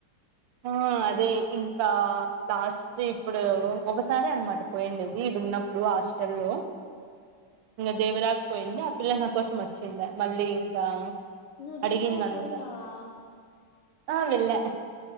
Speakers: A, on the right; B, on the left.
A: ఆ అదే ఇంకా లాస్ట్ ఇప్పుడు ఒకసారే అన్మాట పోయిండేది ఇడున్నప్పుడు హాస్టల్లో ఇంగ దేవరాక్ పోయిండే ఆ పిల్ల నా కోసమోచ్చిండే మళ్ళీ ఇంకా
B: నువ్వు
A: అడిగిందంతా
B: దేవరాకి పోయిన్నావా
A: ఆ వెళ్ళా